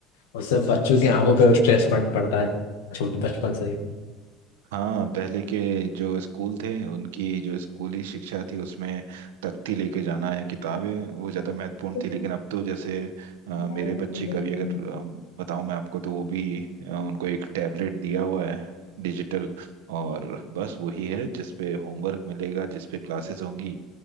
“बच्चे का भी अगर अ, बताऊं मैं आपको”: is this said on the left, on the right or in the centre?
Right